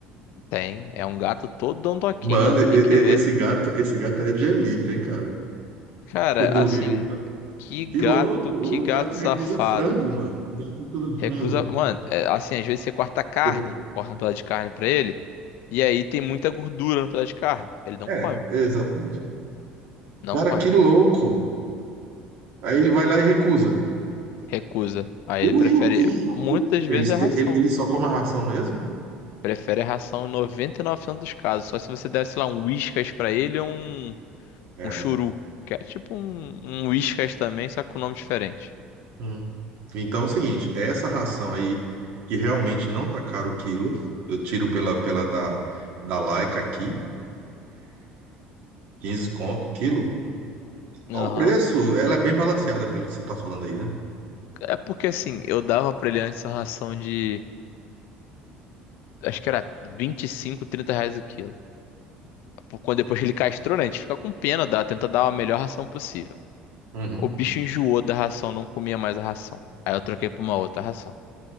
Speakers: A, on the left; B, on the right.
A: Tem, é um gato todo dondoquinho,
B: Mano, e-
A: tem
B: e-
A: que ver.
B: esse gato, esse gato é de elite, hein, cara?
A: Cara,
B: <laughs>
A: assim,
B: Do Rio.
A: que gato,
B: Que louco! O
A: que gato
B: o gato
A: safado.
B: recusa frango, mano. O gato recusa
A: Recrusa,
B: frango.
A: mano, é, assim, às vezes você corta carne,
B: <laughs>
A: corta um pedaço de carne pra ele, e aí tem muita gordura no pedaço de carne. Ele não
B: É,
A: come,
B: exatamente.
A: não
B: Cara,
A: come.
B: que louco. Aí ele vai lá e recusa.
A: Recusa. Aí
B: E,
A: ele
B: o-
A: prefere,
B: e, o- e
A: muitas vezes
B: eles,
A: é ração.
B: ele, ele só come a ração mesmo?
A: Prefere a ração em 99% dos casos, só se você der, sei lá, um Whiskas pra ele ou um,
B: É.
A: um churu, que é tipo um, um Whiskas também, só com nome diferente.
B: Hum. Então é o seguinte, essa ração aí, que realmente não tá caro o quilo, eu tiro pela, pela da, da Laika aqui, 15 conto o quilo.
A: Aham.
B: Ao preço, ela é bem balanceada pelo que você tá falando aí, né?
A: É porque assim, eu dava pra ele antes a ração de acho que era 25, 30 reais o quilo. Por- Quando depois que ele castrou, né, a gente fica com pena, dá, tenta dar a melhor ração possível.
B: Uhum.
A: O bicho enjoou da ração, não comia mais a ração. Aí eu troquei pra uma outra ração.